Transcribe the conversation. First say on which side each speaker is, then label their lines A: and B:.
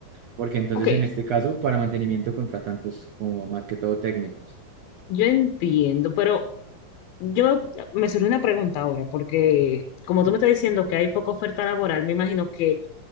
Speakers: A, on the right (about 75°); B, on the left (about 80°).
A: porque entonces
B: ok,
A: en este caso, para mantenimiento contratan pues, como más que todo técnicos.
B: yo entiendo, pero yo me surge una pregunta ahora, porque como tú me estás diciendo que hay poca oferta laboral, me imagino que